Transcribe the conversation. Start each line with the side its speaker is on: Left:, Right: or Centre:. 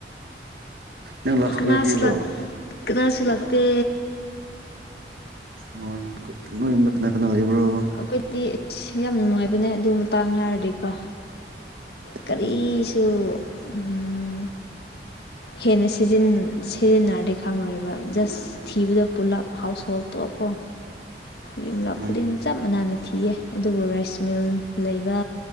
Right: ꯅꯪ ꯂꯥꯎꯠ ꯏꯁꯄꯤꯀꯔ
Left: ꯀꯅꯥꯁꯨ
Right: ꯄꯤꯕ꯭ꯔꯣ
Left: ꯀꯅꯁꯨ ꯂꯥꯛꯇꯦ
Right: ꯑꯥ ꯅꯣꯏ ꯌꯨꯝꯗ ꯀꯅꯥ ꯀꯅ ꯂꯩꯕ꯭ꯔꯣ
Left: ꯑꯩꯈꯣꯏꯗꯤ ꯁꯤ ꯌꯥꯝ ꯅꯨꯡꯉꯥꯏꯕꯅꯦ ꯑꯗꯨ ꯃꯇꯥꯡ ꯍꯥꯏꯔꯗꯤꯀꯣ ꯀꯔꯤꯁꯨ
Right: ꯎꯝ
Left: ꯎꯝ ꯍꯦꯟꯅ ꯁꯤꯖꯤꯟ ꯁꯤꯖꯤꯟꯅꯔꯗꯤ ꯈꯪꯪꯂꯣꯏꯕ ꯖꯁ ꯊꯤꯕꯗ ꯄꯨꯂꯞ ꯍꯥꯎꯁ ꯍꯣꯜ ꯄꯨꯂꯞꯀꯣ ꯌꯨꯝꯂꯞ
Right: ꯎꯝ
Left: ꯈꯨꯗꯤꯡ ꯆꯞ ꯃꯅꯥꯅ ꯊꯤꯌꯦ ꯑꯗꯨꯕꯨ ꯔꯥꯏꯁ ꯃꯤꯜ ꯂꯩꯕ